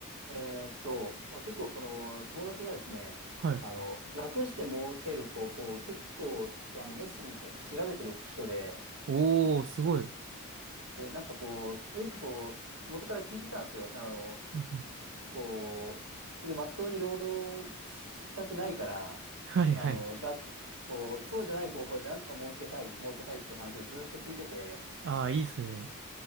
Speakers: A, on the right (about 70°); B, on the right (about 50°).
A: えーっと、まあ、結構、その、友達がですね、
B: はい。
A: あの、楽して儲ける方法を結構、あの、熱心にけ調べてる人で、
B: おー、すごい。うん
A: で、なんかこう、よくこう、元から聞いてたんですよ。あの、
B: うん
A: こう、ね、まっとうに労働したくないから、
B: はいはい。
A: あの、楽、こう、そうじゃない方法でなんとか儲けたい、儲けたいって話をずっと聞いてて、
B: ああ、いいっすね。